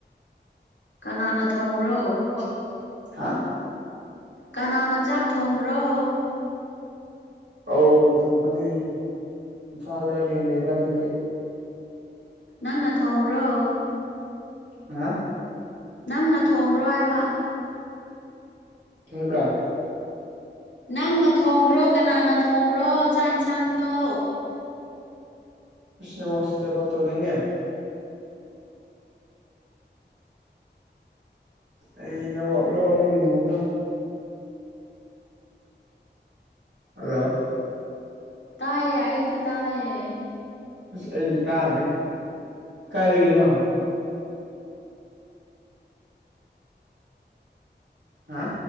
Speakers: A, on the left; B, on the right.
A: ꯀꯅꯥꯅ ꯊꯣꯡꯕ꯭ꯔꯣ
B: <unintelligible>
A: ꯀꯅꯥꯅ ꯆꯥꯛ ꯊꯣꯡꯕ꯭ꯔꯣ
B: ꯑꯧ ꯊꯣꯡꯕꯅꯦ ꯏꯝꯐꯥꯜꯗ ꯔꯦꯟ ꯂꯩꯕ ꯑꯗꯨꯒꯤ
A: ꯅꯪꯅ ꯊꯣꯡꯕ꯭ꯔꯣ
B: ꯍꯥ
A: ꯅꯪꯅ ꯊꯣꯡꯕ꯭ꯔꯣ ꯍꯥꯏꯕ
B: ꯀꯩ ꯍꯥꯢꯕ꯭ꯔꯥ
A: ꯅꯪꯅ ꯊꯣꯡꯕ꯭ꯔꯣ ꯀꯅꯥꯅ ꯊꯣꯡꯕ꯭ꯔꯣ ꯆꯥꯛ ꯢꯟꯁꯥꯡꯗꯣ
B: ꯑꯁ ꯅꯦꯠꯋꯥꯛꯁꯦ ꯏꯁꯇꯦꯕꯜ ꯇꯧꯗꯦꯅꯦ ꯑꯩꯒꯤ ꯅꯦꯠꯋꯥꯛꯂꯣ ꯅꯪꯒꯤ ꯅꯦꯠꯋꯥꯛꯂꯣ ꯍꯜꯂꯣ
A: ꯇꯥꯏꯌꯦ ꯑꯩꯗꯤ ꯇꯥꯏꯌꯦ
B: ꯑꯁ ꯑꯩꯗꯤ ꯇꯥꯗꯦ ꯀꯥꯢ ꯂꯩꯒꯦ ꯅꯪ ꯍꯥ